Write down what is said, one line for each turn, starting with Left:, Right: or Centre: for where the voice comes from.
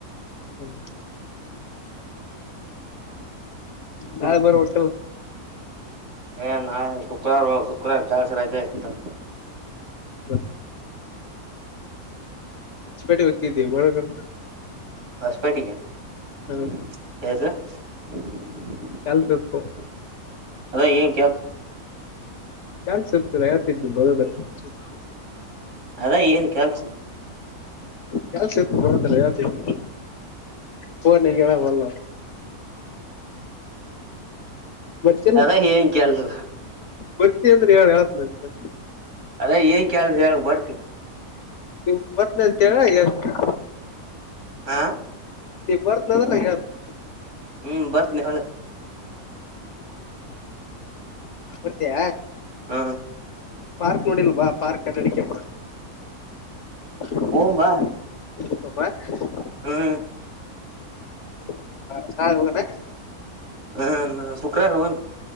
Left: <unintelligible> ನಾಳೆ <unintelligible>
Right: ಏ ನಾಳೆ ಶುಕ್ರವಾರ ಶುಕ್ರವಾರ ಕೆಲಸ ರಜೆ ಇತ್ತು.
Left: ಹಾ ಹೊಸಪೇಟೆ ಹೋಗ್ತಿದ್ವಿ <unintelligible>
Right: ಹೊಷ್ಟಪೇಟಿಗೆ. <unintelligible>
Left: ಹ ಕೆಲ್ಸ ಇತ್ತು
Right: ಅದ್ರಾಗ ಏನ್ <unintelligible>
Left: ಕೆಲಸ ಇತ್ತು <unintelligible>
Right: ಅದೇ ಏನ್ ಕೆಲ್ಸ.
Left: ಕೆಲ್ಸ ಇತ್ತು ಬರತ್ತಲ್ಲ <unintelligible> ಫೋನ್ನಾಗ ಹೇಳವ್ವಲ್ಲವೂ. ಬರ್ತಲ್
Right: ಅದ ಏನ್ ಕೆಲ್ಸ
Left: ಬರ್ತನೀ ಅಂದ್ರೆ ಹೇಳು ಹೇಳ್ತಿನಿ.
Right: ಅದೇ ಏನ್ ಕೆಲ್ಸ ಹೇಳು ಬರ್ತಿ.
Left: ನೀನು ಬರ್ತಿನ್ ಅಂತೇಳ ಹೇಳ್ತಿನಿ.
Right: ಹಾ
Left: ನೀ ಬರ್ತಿನಿ ಅಂದ್ರೆ ನಾನ್ ಹೇಳ್ತಿನಿ.
Right: ಹ್ಮ್ ಬರ್ತನಿ ಹೇಳ.
Left: ಬರ್ತೀಯ
Right: ಹ
Left: ಪಾರ್ಕ್ ನೋಡಿಲ್ಲ ಬಾ ಪಾರ್ಕ್ ಅಡಾಡೋಕೆ. <unintelligible>
Right: ಹೋಗಂ ಬಾ ಹ್ಮ್
Left: <unintelligible>
Right: ಹಾ ಶುಕ್ರವಾರ ಹೋಗೋಣ.